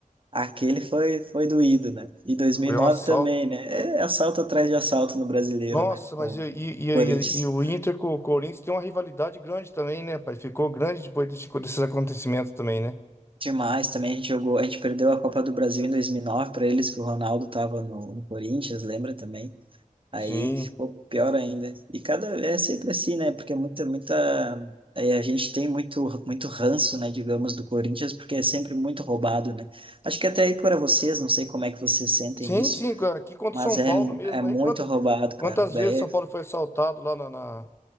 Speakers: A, on the right; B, on the left.
A: aquele foi, foi doído, né? E 2009
B: Foi um assalto.
A: também, né? É assalto atrás de assalto no Brasileiro,
B: Nossa,
A: né?
B: mas
A: Com
B: e,
A: o
B: e,
A: Corinthians.
B: e, e o Inter com o Corinthians tem uma rivalidade grande também, né, pai? Ficou grande depois desse- desses acontecimentos também, né?
A: Demais também, a gente jogou, a gente perdeu a Copa do Brasil em 2009 para eles, que o Ronaldo tava no, no Corinthians, lembra também? Aí
B: Sim.
A: ficou pior ainda. E cada, é sempre assim, né? Porque muita, muita, aí a gente tem muito, muito ranço, né, digamos, do Corinthians, porque é sempre muito roubado, né? Acho que até aí para vocês, não sei como é que vocês sentem
B: Sim,
A: isso,
B: sim, co- aqui contra
A: Mas
B: o São
A: é,
B: Paulo mesmo.
A: é muito
B: Aí quanta-
A: roubado, cara.
B: quantas
A: Daí
B: vezes São Paulo foi assaltado lá na, na,